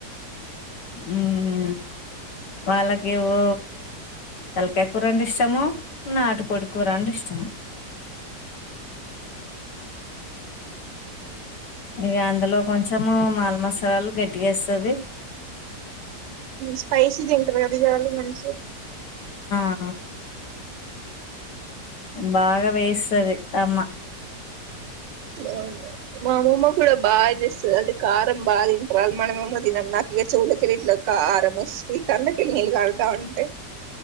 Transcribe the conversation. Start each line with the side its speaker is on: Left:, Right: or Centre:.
Left: మ్ వాళ్ళకి ఊ తల్కాయ్ కూరంటే ఇష్టము. నాటుకోడి కూర అంటే ఇష్టం. ఇగ అందులో కొంచెము మాల్ మసాల్ గడ్డిగస్తది.
Right: స్పైసీ తింటరుగా బిర్యానీ మంచి
Left: ఆ బాగా వేస్తది అమ్మ.
Right: అవ్నా మా అమమ్మ కూడా బాగా చేస్తది అంటే కారం బా తింటరాళ్ళు మనమేమో తినం. నాక్ ఇగ చెవులకెళ్ళి ఇట్ల క కారం వస్తది కళ్ళ కెళ్ళి నీల్ కార్ తా ఉంటే